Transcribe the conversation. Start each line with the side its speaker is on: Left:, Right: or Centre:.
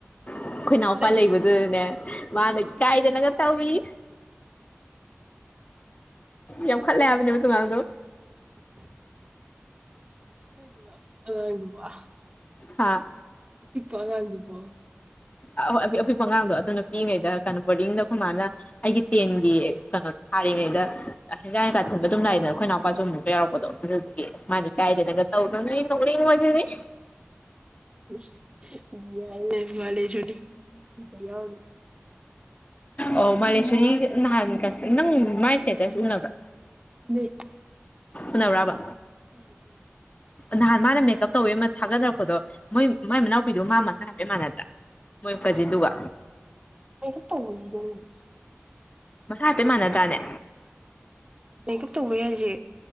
Left: ꯑꯩꯈꯣꯏ ꯅꯥꯎꯄꯥ
Right: ꯍꯩ
Left: ꯂꯩꯕꯗꯨꯗꯅꯦ ꯃꯥꯅ ꯏꯀꯥꯏꯗꯅꯒ ꯇꯧꯔꯤ ꯌꯥꯝ ꯈꯠꯂꯦ ꯍꯥꯏꯕꯅꯦꯕ ꯑꯗꯨ ꯑꯉꯥꯡꯗꯣ
Right: <inaudible> <unintelligible>
Left: ꯍꯥ
Right: ꯑꯄꯤꯛꯄ ꯑꯉꯥꯡꯗꯨꯕꯣ
Left: ꯑꯣꯏ ꯑꯄꯤꯛꯄ ꯑꯉꯥꯡꯗꯣ ꯑꯗꯨꯅ ꯅꯨ ꯄꯤꯔꯤꯉꯩꯗ ꯀꯩꯅꯣ ꯕꯣꯔꯗꯤꯡꯗ ꯈꯣꯢꯃꯥꯅ ꯑꯩꯒꯤ ꯇꯦꯟꯒꯤ ꯀꯩꯅꯣ ꯊꯥꯔꯤꯉꯩꯗ ꯍꯦꯟꯖꯥꯡ ꯍꯦꯟꯀꯥ ꯊꯤꯟꯕ ꯑꯗꯨꯝ ꯂꯥꯛꯏꯗꯅ ꯑꯩꯈꯣꯏ ꯅꯥꯎꯄꯥꯁꯨ ꯑꯃꯨꯛꯀ ꯌꯥꯎꯔꯛꯄꯗꯣ ꯑꯗꯨꯗꯤ ꯏꯁ ꯃꯥꯅꯥ ꯢꯀꯥꯢꯗꯅꯒ ꯇꯧꯗꯅ ꯑꯩ ꯅꯣꯛꯅꯤꯡꯕꯖꯤꯗꯤ
Right: ꯏꯁ ꯌꯥꯏꯅꯦ ꯃꯥꯂꯦꯁꯣꯔꯤ <unintelligible>
Left: ꯑꯣ ꯃꯥꯂꯦꯁꯣꯔꯤ ꯅꯍꯥꯟꯒ ꯅꯪ ꯃꯥꯏ ꯁꯇꯦꯇꯁ ꯎꯅꯕ꯭ꯔꯥ
Right: <unintelligible>
Left: ꯎꯅꯕ꯭ꯔꯥꯕ
Right: ꯎꯝ ꯎꯅꯩ
Left: ꯅꯍꯥꯟ ꯃꯥꯅ ꯃꯦꯀꯞ ꯇꯧꯕꯩ ꯑꯃ ꯊꯥꯒꯠꯗꯔꯛꯄꯗꯣ ꯃꯣꯏ ꯃꯥꯏ ꯃꯅꯥꯎꯄꯤꯗꯣ ꯃꯥ ꯃꯁꯆꯥ ꯍꯥꯞꯄꯦ ꯃꯥꯟꯅꯗ꯭ꯔꯥ ꯃꯣꯏ ꯀꯥꯖꯤꯗꯨꯒ
Right: <unintelligible>
Left: ꯃꯁꯥꯛ ꯍꯥꯏꯐꯦꯠ ꯃꯥꯟꯅꯗꯔꯥꯅꯦ
Right: ꯃꯦꯀꯞ ꯇꯧꯕꯦ ꯍꯥꯏꯁꯦ